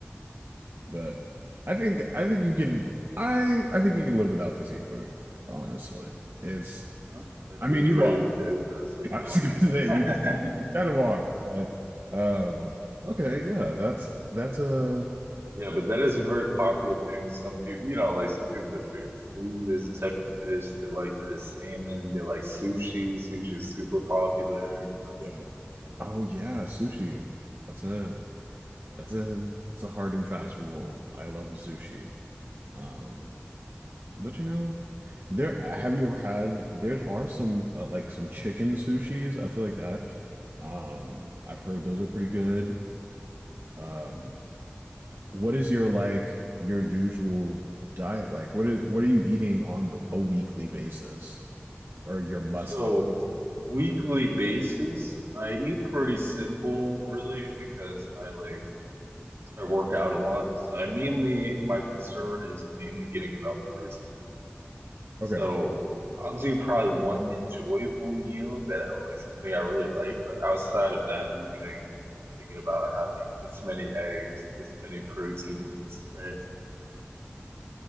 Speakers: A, on the right; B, on the right.
A: But I think I think you can I I think you can live without the seafood, honestly. It's
B: Well, I've
A: I mean
B: done
A: you
B: pretty
A: are.
B: okay
A: <laughs>
B: with that so
A: I
B: far.
A: was gonna
B: <laughs>
A: say you kind of are, but um okay, yeah, that's that's a
B: Yeah, but that is a very popular thing with some people. You know, like some people, their favorite food is a type of fish. They like the salmon. They like sushi. Sushi is super popular, you know.
A: Yeah. Oh yeah, sushi. That's a that's a it's a hard and fast rule. I love a sushi. Um, but you know, there have you ever had there are some uh, like some chicken sushis. I feel like that. Um, I've heard those are pretty good. Um, what is your like your usual diet like? What is what are you eating on the, a weekly basis or your must?
B: So, weekly basis, I eat pretty simple, really, because I like I work out a lot. So I mainly my concern is mainly getting enough protein. So
A: Okay.
B: I'll do probably one enjoyable meal that I like something I really like, but outside of that, I'm doing like I'm thinking about having this many eggs, this many proteins, right?